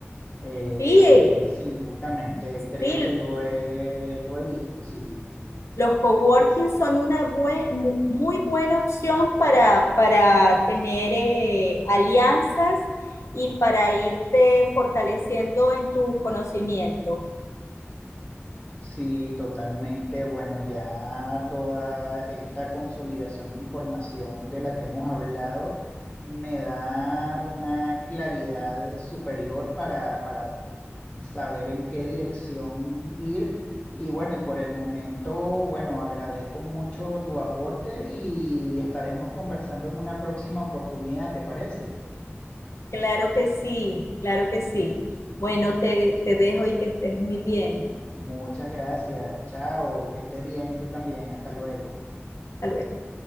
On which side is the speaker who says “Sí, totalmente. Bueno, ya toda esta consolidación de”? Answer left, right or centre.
Left